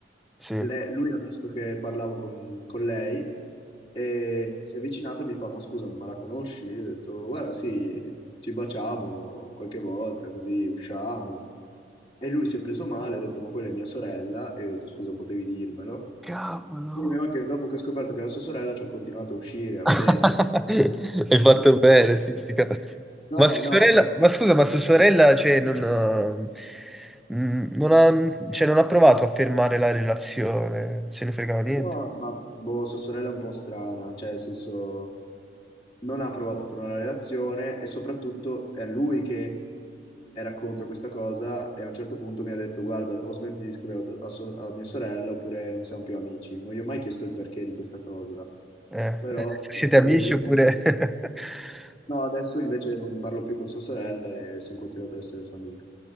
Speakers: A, in the centre; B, on the left (about 30°).
A: Sì. Eh.
B: Le- lui ha visto che parlavo con, con lei e si è avvicinato e mi fa: Ma scusa, ma la conosci? Io ho detto: Guarda, sì, ci baciamo qualche volta, così usciamo. E lui si è preso male, ha detto: Ma quella è mia sorella. E io ho detto: Scusa, potevi dirmelo.
A: Cavolo.
B: Il problema è che dopo che ho scoperto che era sua sorella, ci ho continuato a uscire, a
A: <laughs>
B: vederla.
A: Hai fatto
B: <laughs>
A: bene, sì, sti cavoli.
B: No,
A: Ma sua
B: no.
A: sorella, ma scusa, ma sua sorella, cioè, non ha, mm, non ha- cioè, non ha provato a fermare la relazione, se ne fregava niente.
B: No, ma boh, sua sorella è un po' strana, cioè nel senso non ha provato a fare una relazione e soprattutto è lui che era contro questa cosa e a un certo punto mi ha detto guarda o smetti di scrivere a, tua- a so- a mia sorella oppure non siamo più amici. Non gli ho mai chiesto il perché di questa cosa,
A: Eh,
B: però
A: eh, siete
B: si
A: amici
B: vede che...
A: oppure... <laughs>
B: No, adesso invece non parlo più con sua sorella e sono continuato ad essere suo amico.